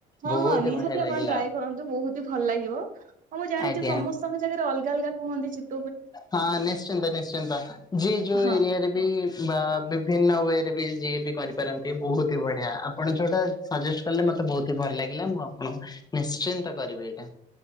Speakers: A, on the right; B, on the left.
A: ହଁ
B: ବହୁତ
A: ହଁ ନିହାତି
B: ବଢିଆ
A: ଆପଣ
B: ଲାଗିଲା
A: ଟ୍ରାଏ କରନ୍ତୁ ବହୁତ ଭଲ ଲାଗିବ ହଁ ମୁଁ ଜାଣିଚି
B: ଆଜ୍ଞା
A: ସମସ୍ତଙ୍କ ଜାଗାରେ ଅଲଗା ଅଲଗା କୁହନ୍ତି ଚିପ୍
B: ହଁ ନିଶ୍ଚିନ୍ତ ନିଶ୍ଚିନ୍ତ ଯିଏ ଯୋଉ
A: ହଁ
B: ଏରିଆରେ ବି ବା ବିଭିନ୍ନ ୱେରେ ବି ଯିଏ ବି କରିପାରନ୍ତି ବହୁତ ହି ବଢ଼ିଆ ଆପଣ ଯୋଉଟା ସଜେଷ୍ଟ କଲେ ମତେ ବହୁତ ହି ଭଲ ଲାଗିଲା ମୁଁ ଆପଣଙ୍କୁ ନିଶ୍ଚିନ୍ତ କରିବି ଏଇଟା।